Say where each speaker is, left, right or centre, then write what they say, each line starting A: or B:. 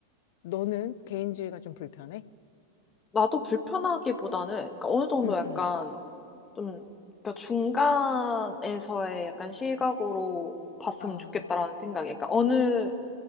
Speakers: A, on the left (about 50°); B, on the left (about 20°).
A: 너는 개인주의가 좀 불편해?
B: 나도 불편하기보다는 그러니까 어느 정도
A: 응,
B: 약간
A: 응.
B: 좀 그러니까 중간에서의 약간 시각으로 봤으면
A: 아,
B: 좋겠다라는 생각이 그러니까 어느